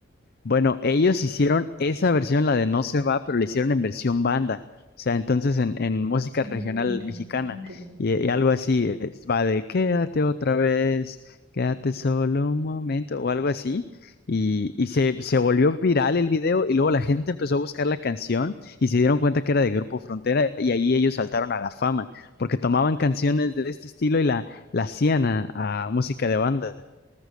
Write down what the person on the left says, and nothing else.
Bueno, ellos hicieron esa versión, la de No se va, pero la hicieron en versión banda. O sea, entonces en, en música
regional
mexicana
y, y algo así, es- va de quédate otra vez, quédate solo un momento o algo así. Y, y se, se volvió viral el video y luego la gente empezó a buscar la canción y se dieron cuenta que era de Grupo Frontera y ahí ellos saltaron a la fama porque tomaban canciones de este estilo y la, la hacían a, a música de banda.